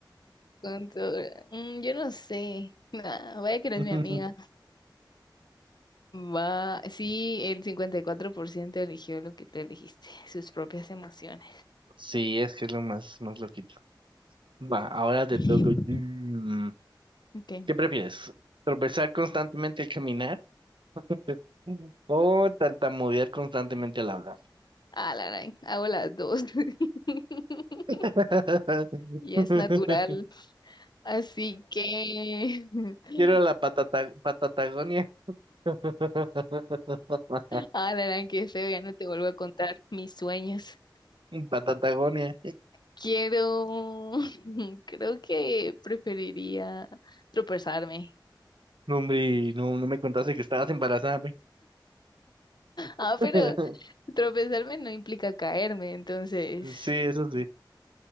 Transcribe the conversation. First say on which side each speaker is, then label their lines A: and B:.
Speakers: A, on the left; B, on the right.
A: controlar. Mm, yo no sé. Ah, vaya que eres
B: <laughs>
A: mi amiga. Va, sí, el 54% eligió lo que tú elegiste, sus propias emociones.
B: Sí, es que es lo más, más loquito. Va, ahora te
A: <laughs>
B: toco. Mm,
A: Ok.
B: ¿Qué prefieres? ¿Tropezar constantemente al caminar <laughs> o tartamudear constantemente al hablar?
A: Ah, la gran, hago las dos. <laughs>
B: <laughs>
A: Y es natural. Así que. <laughs>
B: Quiero la patata, patatagonia. <laughs>
A: Ah, la gran, qué feo, ya no te vuelvo a contar mis sueños.
B: Patatagonia.
A: Quiero. <laughs> Creo que preferiría tropezarme.
B: No, hombre, no, no me contaste que estabas embarazada. güey. <laughs>
A: Ah, pero tropezarme no implica caerme, entonces
B: Sí, eso sí.